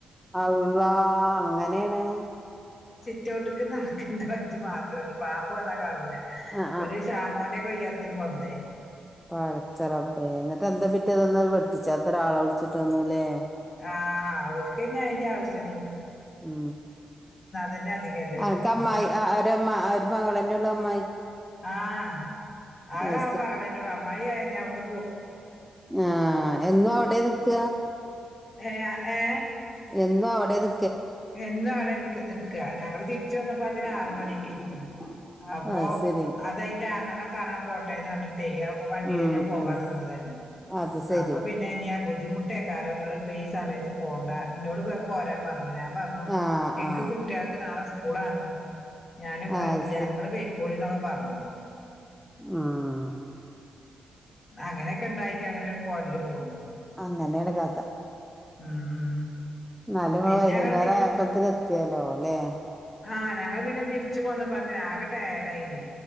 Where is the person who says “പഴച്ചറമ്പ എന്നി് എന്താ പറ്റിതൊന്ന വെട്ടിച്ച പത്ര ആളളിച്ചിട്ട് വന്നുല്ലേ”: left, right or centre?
Centre